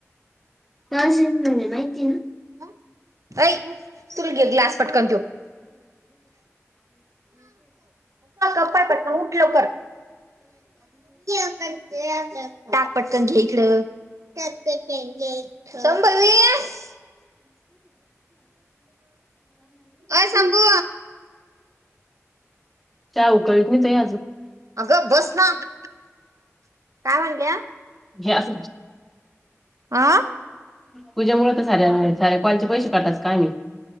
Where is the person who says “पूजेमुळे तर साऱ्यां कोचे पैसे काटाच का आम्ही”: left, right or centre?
Centre